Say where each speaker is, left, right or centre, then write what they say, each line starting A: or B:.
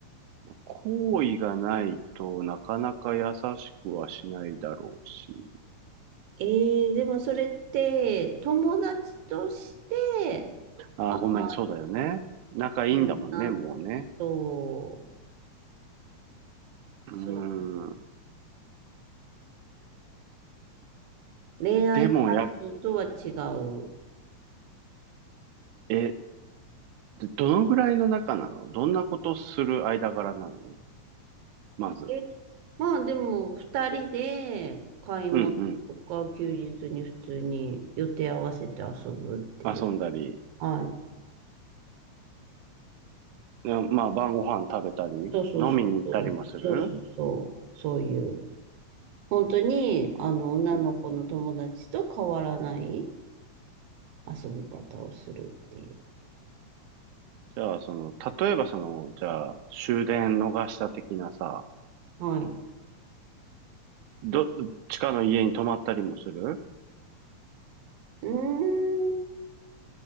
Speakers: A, on the right (about 90°); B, on the right (about 65°).
A: 好意がないとなかなか優しくはしないだろうし。
B: ええでもそれって、友達として、
A: あー、
B: ああ、
A: ごめん、そうだよね。仲いいんだもんね、
B: いいな
A: もうね。
B: そう、
A: うー
B: そ
A: ん。
B: う、恋愛感情とは違う。
A: でもや、え、どのぐらいの仲なのどんなことする間柄なのまず。
B: え、まあでも、二人で買い物とか休日に普通に予定合わせて遊ぶっていう。
A: うんうん。遊んだり、
B: はい。
A: でまあ、晩ご飯食べたり、
B: そうそうそう、
A: 飲みに行ったりもする
B: そうです。そうそうそう、そういう。本当に、あの、女の子の友達と変わらない
A: うん。
B: 遊び方をするっていう。
A: じゃあ、その、例えばその、じゃあ、終電逃した的なさ、
B: はい。
A: ど、地下の家に泊まったりもする
B: うーん、